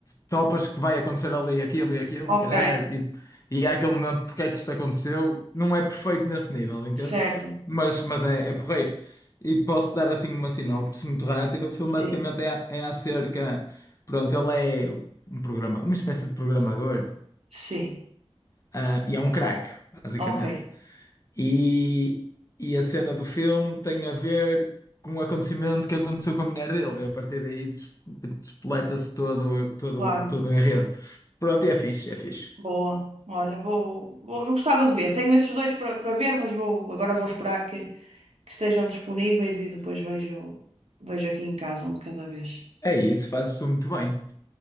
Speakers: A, on the left; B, on the right.
A: topas que vai acontecer ali aquilo e aquilo,
B: ok,
A: se calhar, e, e é aquele momento porque é que isto aconteceu. Não é perfeito nesse nível, entendes?
B: certo.
A: Mas, mas é, é porreiro. E posso dar assim uma sinopse muito rápida. O filme basicamente
B: Sim,
A: é, é acerca. Pronto, ele é um programa, uma espécie de programador,
B: sim.
A: ah, e é um craque, basicamente.
B: Ok,
A: E, e a cena do filme tem a ver com o acontecimento que aconteceu com a mulher dele. E a partir daí des- tipo, despoleta-se todo, todo,
B: claro.
A: todo o enredo. Pronto, e é fixe, é fixe.
B: Boa. Olha, vou, vou- eu gostava de ver. Tenho esses dois para para ver, mas vou agora vou esperar que, que estejam disponíveis e depois vejo vejo aqui em casa um de cada vez.
A: É isso, fazes tu muito bem.